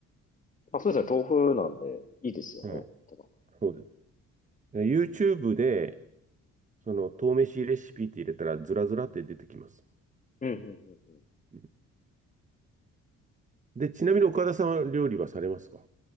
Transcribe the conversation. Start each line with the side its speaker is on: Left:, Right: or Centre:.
Left: まあそうですね、豆腐なんで、いいですよね。
Right: ー。うん。
Left: てか
Right: そうです。で YouTube で、その、豆飯レシピって入れたら、ずらずらって出てきます。
Left: うんうんうんうん。
Right: うんで、ちなみに岡田さんは料理はされますか